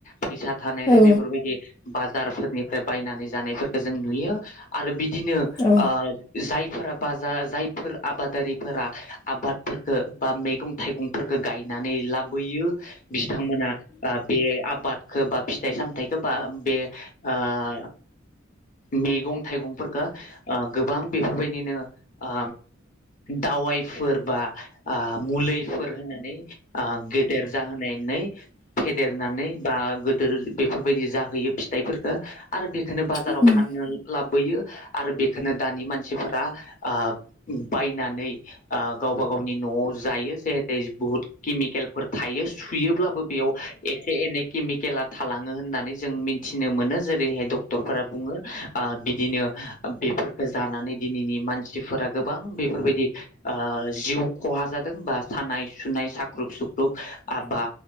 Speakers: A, on the left; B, on the left.
A: फैसा थानायलाय
B: औ
A: बेफोरबायदि बाजारफोर फ्राय बायनानै जानायफोरखो जों नुयो आरो बि दिनो ओ
B: औ
A: जाय फोरा बा जा जायफोर आबादारिफोरा आबादफोरफोरखो बा मैगं थाइगंफोरफोरखो गायनानै लाबोयो बिथांमोना ओ बे आबाद। खो फिथाइ सामथाइखो बा बे आ मेगं थाइगंफोरखो आ गोबां बेफोरबायदि बिनो आ दावाइफोर बा आ मुलिफोर होनानै आ गेदेर जाहोनाय नै फेदेरनानै बा गोदोर बेफोर बायदि जाहोयो फिथाइफोर आरो बे बेखोनो बाजाराव
B: औ
A: फाननो लाबो बोयो बेखौनो दानि मानसि आ बायनानै आ गावबा गावनि न'आव जायो जेे बुहुद केमिकेल थायो सुयोब्लाबो बेयाव एसे एनै केमिकेला थालाङो होननानै जों मिथिनो मो जेरैहाय डक्टर बुङो बिदिनो बेफोरखौ जानानै दिनैनि मानसिफोरा गोबां बेफोरबायदि ओ जिउ खहा जादों बा सानाय सुनाय साख्रुब सुख्रुब आ बा